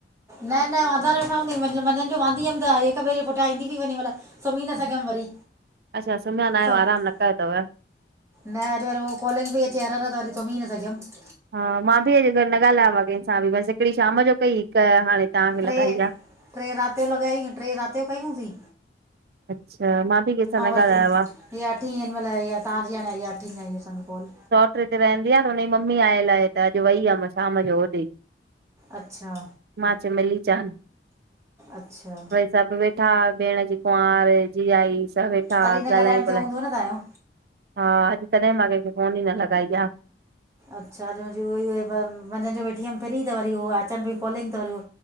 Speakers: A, on the right; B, on the right.
A: न न वांदा न वेठा हूंदायूं मझंद जो वांदी हुअमि त हिक ॿिए जे पुठां ईंदी बि वञी मतलब सुम्ही न सघियमि वरी।
B: अच्छा सुम्हिया न आहियो
A: सभु
B: आरामु न कयो तव
A: न अॼु वरी उहो कोलिंग पई अचे हर हर त वरी सुुमी न सघियमि।
B: हा मां बि अॼु न ॻाल्हायो आ कंहिंसां बि बसि हिकिड़ी शाम जो कई हिक हाणे तव्हांखे
A: टे
B: लॻाई आहे
A: टे राति जो लॻाई टे राति जो कयूंसीं
B: अच्छा मां बि कंहिंसां न
A: और
B: ॻाल्हायो आहे
A: हे अठी हिनमल तहाँजी आई अठी ई आई तहाँजी कोल
B: इते रहंदी आ त हुनजी मम्मी आयल आ त अॼु वई हुयमि शाम जो होॾे
A: अच्छा
B: मां चयो मिली चान
A: अच्छा
B: सभु वेठा हा भेण जी कुंवार जीजायी सभु वेठा
A: तॾहिं न
B: ॻाल्हायूं
A: ॻाल्हाइण
B: ॿोलायूं
A: थियो हूंदव न तव्हांजो
B: हा अॼु तॾहिं मां कंहिंखे फ़ोन ई न लॻाई आ।
A: अच्छा मुंहिंजी उ मंझंद जो वेठी हुअमि फ्री त वरी उ अचनि पई कॉलिंग त वरी